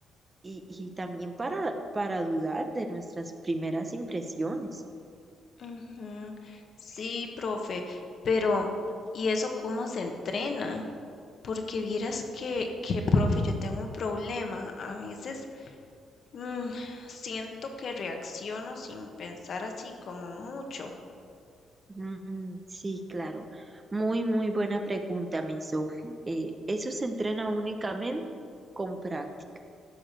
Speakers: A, on the right (about 25°); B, on the left (about 55°).
A: y, y también para, para dudar de nuestras primeras impresiones.
B: Ujú. Sí, profe, pero ¿y eso cómo se entrena? Porque vieras que, que, profe, yo tengo un problema. A veces mm, siento que reacciono sin pensar así como mucho.
A: Mm, sí, claro. Muy, muy buena pregunta, mi Sofi. Eh, eso se entrena únicamente con práctica.